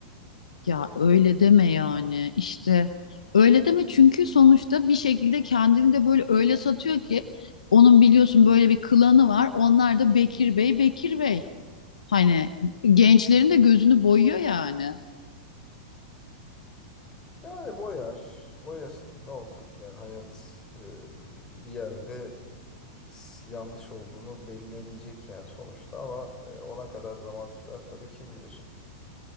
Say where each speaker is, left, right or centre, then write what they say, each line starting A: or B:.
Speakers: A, on the left; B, on the left.
A: Ya öyle deme yani işte öyle deme çünkü sonuçta bir şekilde kendini de böyle öyle satıyor ki onun biliyorsun böyle bir klanı var onlar da Bekir Bey Bekir Bey hani gençlerin de gözünü boyuyor yani.
B: Yani boyar, boyasın. Ne olacak? Yani hayat e, bir yerde s- yanlış olduğunu belli edecek yani sonuçta ama e, ona kadar zaman sürer tabii kim bilir.